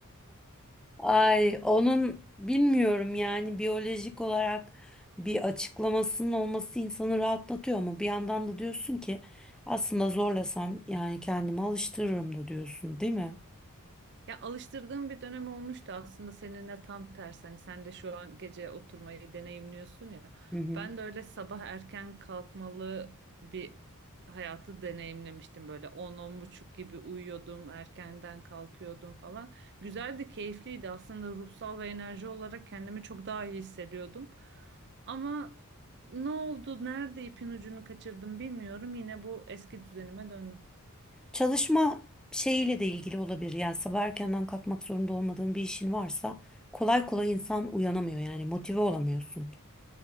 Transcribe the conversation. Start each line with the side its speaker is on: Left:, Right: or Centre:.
Centre: Ay onun bilmiyorum yani biyolojik olarak bir açıklamasının olması insanı rahatlatıyor ama bir yandan da diyorsun ki aslında zorlasam yani kendimi alıştırırım da diyorsun değil mi?
Right: Ya alıştırdığım bir dönem olmuştu aslında seninle tam tersi. Hani sen de şu an gece oturmayı deneyimliyorsun ya.
Centre: Hı hı.
Right: Ben de öyle sabah erken kalkmalı bir hayatı deneyimlemiştim. Böyle 10 buçuk gibi uyuyordum, erkenden kalkıyordum falan. Güzeldi, keyifliydi. Aslında ruhsal ve enerji olarak kendimi çok daha iyi hissediyordum. Ama ne oldu, nerede ipin ucunu kaçırdım bilmiyorum. Yine bu eski düzenime döndüm.
Centre: Çalışma şeyiyle de ilgili olabilir yani sabah erkenden kalkmak zorunda olmadığın bir işin varsa kolay kolay insan uyanamıyor yani motive olamıyorsun.